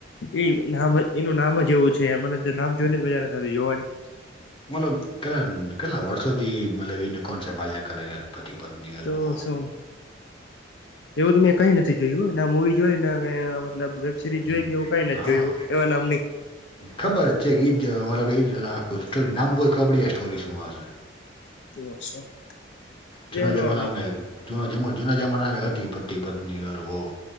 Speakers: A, on the left; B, on the left.
A: એ નામ જ એનું નામ જ એવું છે મને તો નામ જોઈને મજા નથ આયવી જોવાની.
B: મતલબ કેટ કેટલા વર્ષોથી મતલબ એને કોણ છેહે ભાલ્યા કરે પતિ પત્ની ઔર
A: તો
B: વો.
A: શું એવું તો મેં કઈ નથી જોયું ના મુવી જોય. ના વેબ સરીઝ જોઈ
B: હમ
A: કે એવું કઈ નથી
B: હા
A: જોય એવા નામ ની.
B: ખબર જ છે ઈ જ મતલબ એ જ આખું સ્ટોરી નામ જોય ખબર પડી જાય કે સ્ટોરી શું હશે.
A: તો શું?
B: જૂના
A: મજા
B: જમાનામા
A: ન આવે
B: એ જૂના જમાના માં હતી પતિ, પત્ની ઑર વોહ.